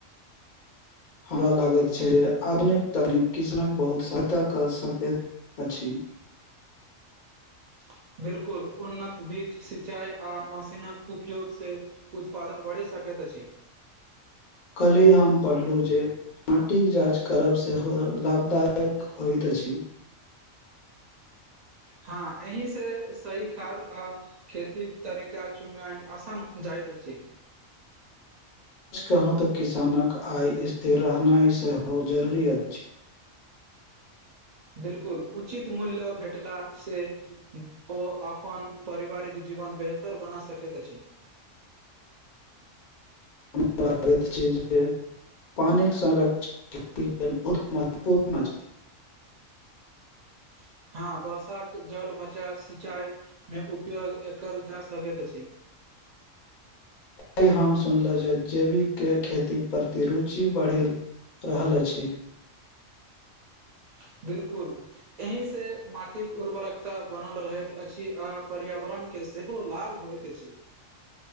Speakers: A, on the left (about 40°); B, on the right (about 85°).
A: हमरा लागैत छै आधुनिक तनिक किष्णक बहुत सहायता कऽ सकैत अछि
B: <inaudible> बिलकुल उन्नत बीज सिंचाई आ मशीनक उपयोग से उत्पादन बढ़ि सकै त अछि
A: कल्हि हम पढ़लहु जे माटिक जाँच करब सेहो लाभदायक होइत अछि
B: हँ यही से सही खाद आ खेती के तरीका चुननाय आसान जाइत छै
A: आज कहूँ तक किसानक आय स्थिर रहनाइ सेहो जरूरी अछि
B: बिलकुल उचित मूल्य भेटला से ओ अपन पारिवारिक जीवन बेहतर बना सकैत अछि
A: हमरा लागैत अछी जे पानिक संरक्षण ख बहुत महत्वपूर्ण हो <unintelligible>
B: <inaudible> हँ वर्षाक जल बचाव सिंचाई मे उपयोग एकर जा सकैत अछि <inaudible>
A: आइ हम सुनलहुँ जे जेैविके खेती प्रति रुचि बढ़ी रहल अछि
B: <inaudible> बिल्कुल एहि से माटिक उर्वरकता बनल रहैत अछि आ पर्यावरण के सेहो लाभ होयत अछि